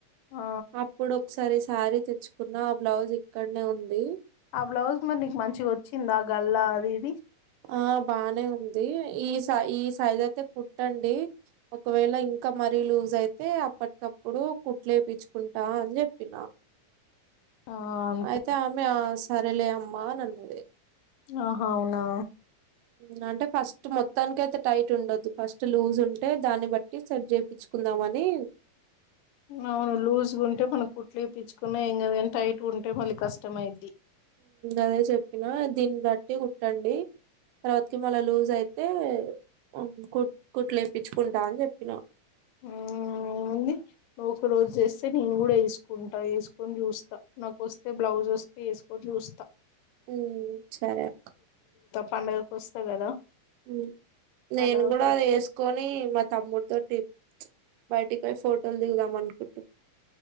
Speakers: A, on the left (about 80°); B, on the right (about 85°).
A: ఆ
B: అప్పుడు ఒకసారి సారి తెచ్చుకో కున్న ఆ బ్లౌజ్ ఇక్కడనే ఉంది
A: ఆ బ్లౌజ్ మరి నీకు మంచిగా వచ్చిందా గల్ అది ఇది
B: ఆ బానే ఉంది ఈ స ఈ సైజ అయితే కుట్టండి ఒకవేళ ఇం కా మరీ లజ్ అయితే అప్పటిక అప్ప ప్పుడు కుట్లేయిచ్చుకుంటా అని చెప్పినా
A: ఆ అంతే
B: అయితే అమె అస్ కరలే అమ్మ నన్నది
A: అహా అవునా
B: ఉమ్ అంటే ఫస్ట్ మొత్తానినికి అయితే టైట్ ఉండొద్దు ఫస్ట్ లూజ్ ఉంటే దాన్ని బట్టి సెట్ చేయించుకుందామని
A: అవును లూజ్గా ఉంటే మనం కుట్లు వయిించుకున్నా ఏం కదని టైట్గా ఉంటే మళ్ళీ కష్టమైద్ది
B: అదే చెప్పినా దీన్ని బట్టి కుట్టండి తర్వాతకి మళా లూజ్ అయితే ఉ కుట్ కుట్లు వయిించుకుంటా అని చెప్పినా
A: ఆ ఏముంది ఒక రోజు చేస్తే నేను కూడా వేసుకుంటా వేసుకొని చూస్తా నాకుొస్తే బ్లౌజ్ వస్తే వేసుకొని చూస్తా
B: ఉమ్ సరే అక్
A: పండుగకి వస్తా కదా
B: ఉమ్ నేను
A: పండగకి
B: కూడా
A: వచ్చి
B: అది వేసుకొని మా తమ్ముడి తోటి బయటికి పోయి ఫోటోలు దిగుదాం అనుకుం